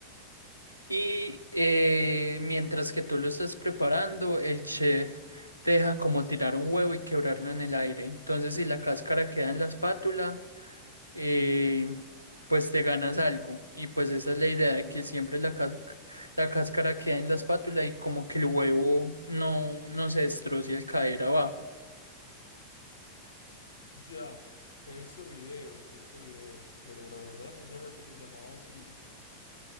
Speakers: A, on the left; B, on the left.
A: Y eh, mientras que tú lo estás preparando, el chef te deja como tirar un huevo y quebrarlo en el aire. Entonces, si la cáscara queda en la espátula, eh, pues te ganas algo. Y pues esa es la idea de que siempre la, cas- la cáscara queda en la espátula y como que el huevo no, no se destroce al caer abajo.
B: ya. He visto videos, he visto videos, pero la verdad no sabía que se llamaba así.